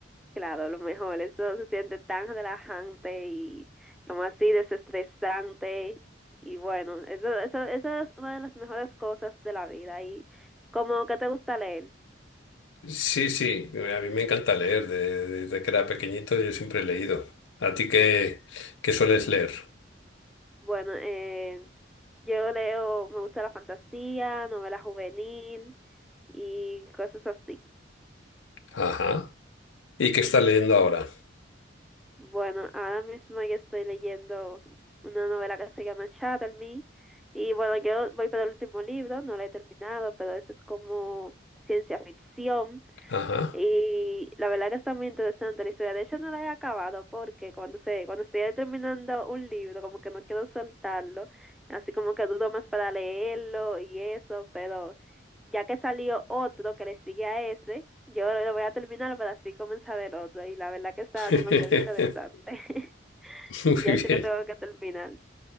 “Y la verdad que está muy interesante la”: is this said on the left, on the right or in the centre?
Centre